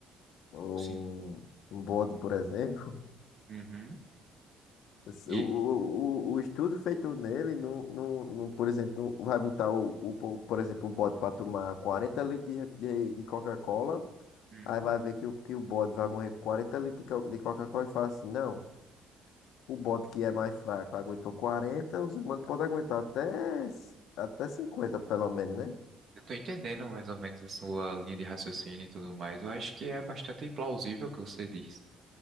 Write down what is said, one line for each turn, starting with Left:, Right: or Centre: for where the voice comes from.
Left: ou
Right: Sim.
Left: um, um bode, por <laughs> exemplo.
Right: Uhum.
Left: O,
Right: E
Left: o, o o estudo feito nele, não, não, não, por exemplo, não vai botar o, o, po- por exemplo, o bode para tomar 40 litros de, ref- de, de Coca-Cola,
Right: uhum.
Left: aí vai ver que o, que o bode vai morrer com 40 litros de co- de Coca-Cola e fala assim, não, o bode que é mais fraco aguentou quarenta os humanos podem aguentar até, s- até 50 pelo menos, né?
Right: Eu tô entendendo mais ou menos a sua linha de raciocínio e tudo mais. Eu acho que é bastante plausível o que você diz.